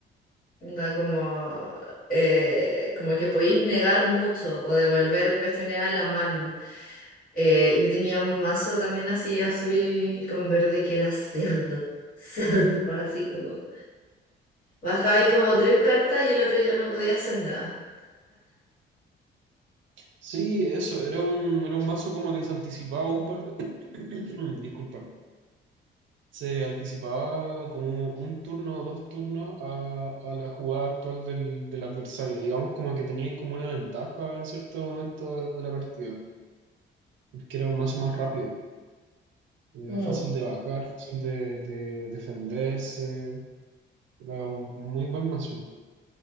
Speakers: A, on the left; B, on the right.
A: Onda como, eh, como que podéis negar mucho o devolver cuestiones a la mano. Eh, yo tenía un mazo también así azul con verde que era cerdo. <laughs> Cerdo, así como. Bajaba y como tres cartas y el otro ya no podía hacer nada.
B: Sí, eso, era un, era un mazo como que se anticipaba un par de... <coughs> <clears throat> Disculpa se anticipaba como un turno o dos turnos a, a la jugada actual del, del adversario. Digamos como que teníais como una ventaja en cierto momento de la partida, porque era un mazo más rápido, eh,
A: Mm.
B: fácil de bajar, fácil de, de defenderse. Era un muy buen mazo.